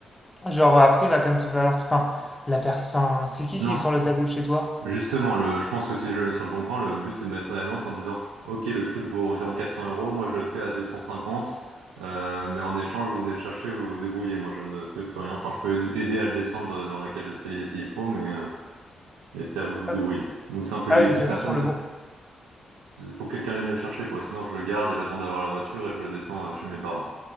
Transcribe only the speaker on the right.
Non.
Justement, le, je pense que si je le mets sur le bon coin, le but c'est de mettre une annonce en disant, OK, le truc vaut environ 400 euros, moi je le fais à 250, euh, mais en échange, vous venez le chercher, vous vous débrouillez, moi je ne fais plus rien. Enfin, je peux aider à le descendre dans la cage d'escalier s'il faut, mais, euh, mais c'est à vous de vous
débrouiller.
Donc c'est un peu
l'idée.
Si
personne,
faut que quelqu'un vienne le chercher, quoi. Sinon, je le garde et j'attends d'avoir la voiture et je le descends euh, chez mes parents.